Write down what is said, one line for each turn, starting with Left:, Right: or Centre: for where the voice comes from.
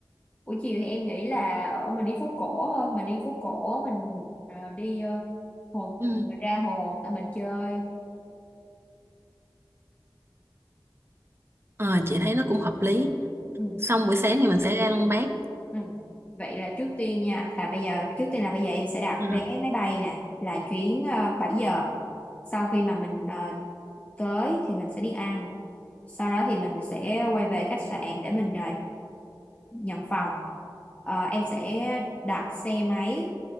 Left: buổi chiều thì em nghĩ là ở mình đi phố cổ thôi mình đi phố cổ mình à, đi à, hồ
Right: Ừ.
Left: mình ra hồ tại mình chơi
Right: Ờ, chị thấy nó cũng hợp lý.
Left: ừ.
Right: Xong buổi sáng thì mình sẽ ra Lăng Bác.
Left: Ừ. Vậy là trước tiên nha, là bây giờ trước tiên là bây giờ em sẽ đặt
Right: Ừ.
Left: vé máy bay nè, là chuyến uh, 7 giờ. Sau khi mà mình ờ, tới thì mình sẽ đi ăn. Sau đó thì mình sẽ quay về khách sạn để mình ờ, nhận phòng. Ờ, em sẽ đặt xe máy